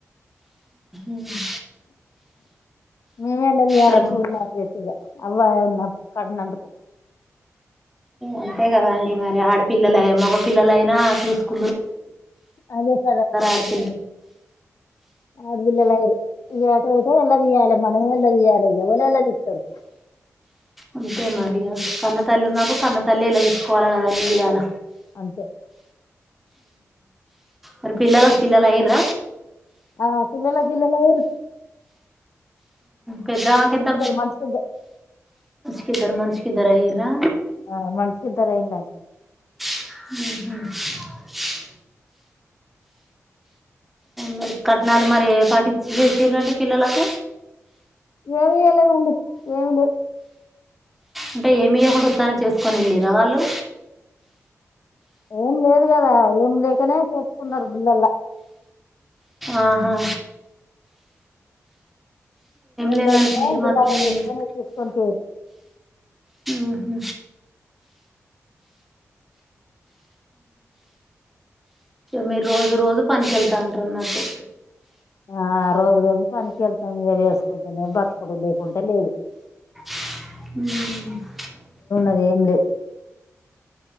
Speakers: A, in the centre; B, on the left.
A: ఉమ్మ్
B: నేనే ఎల్ల తీయాలి
A: మరి
B: కూలినాలో చేసిగా వాళ్లని కన్నందుకు
A: అంతే కాదండి మరి ఆడపిల్లలాయ్ మగపిల్లైనా చూసుకో
B: అదేద
A: ఆడపిల్ల
B: ఆడులట వట ఎలా తీ్యాల మనమే ఎలా తీయాల ఎవన ఎలా నిస్తారు
A: అంతే మరిగా కన్న తల్లి ఉన్నప్పుడు కన్న తల్లి ఇలా తీసుకోవాలి కదా అన్నిీ విడాల
B: అంంత
A: ఆ అ పిల్లలా పిల్లా లాయి క్క్ర
B: ఆ తిమ్న్నమెల జిల్లలారు
A: పెద్దవా కద్ద
B: మనిషికి ఇద్దరు
A: కధర మనషసుకిధర అయిరా
B: ఆ మనసుకి ఇద్దరయిలా
A: ఉహ మరి కట్నాలు మరి పాటించ చేసి్రండి పిల్లలకు
B: వేవాల ఏడి ఏడి
A: అంటే ఏమివ్వకుండా ఉత్తానం చేసుకొని వెళ్ళిరా వాళ్ళు
B: ఏం లేదు కదా ఏం లేకనే చేసుకున్నారు బిల్లలా
A: ఆహా
B: ఏం
A: లేదానికి
B: లేకనే
A: మీరు
B: జిల్లాాల
A: మాత్రం ఏం
B: చేసుకొని
A: చేస్
B: తీసుకొని తి
A: ఊహు మీరు రోజు రోజు పనికినికి వెళ్తాంటారు నాకు
B: ఆ రోజు రోజు పనికి వెళ్తాం ఇద చేసుకుంటేనే బ్రతకుడ లేకుంటే లేదు
A: హ
B: అది ఏం లేదు